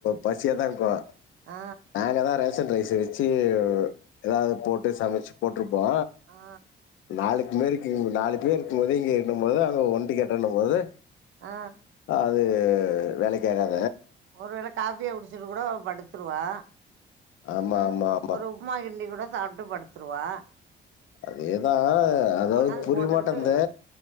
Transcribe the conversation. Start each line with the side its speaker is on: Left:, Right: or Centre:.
Left: பசியா தா இருக்கு
Right: ஆ
Left: நாங்க தா ரே சன் ரைஸ் வெச்சு ஏதவது போட்டு சமைச்சு போட்டு டுருப்போ
Right: ஆ
Left: நாளைக்கு மேரிக்கு நாலு பேர் இருக்கு போது இங்கேனும் போது ஓண்டி கட்டென்னும்போது
Right: ஆ
Left: அது ஆ வேலக்கு ஆகாது
Right: ஒருவேள காபியா குடிச்சுட்டு கூட படுத்து த்துருவா
Left: ஆமா
Right: ஆ
Left: ஆமா ஆமா
Right: ஒரு உப்புமா கிண்டி கூட சாப்பிட்டு படுத்துருவா
Left: அதேதா
Right: இத
Left: அதாவரு
Right: கொண்டாந்து
Left: புரிய
Right: போட்டுக்கிட்டு
Left: மாட்டேந்து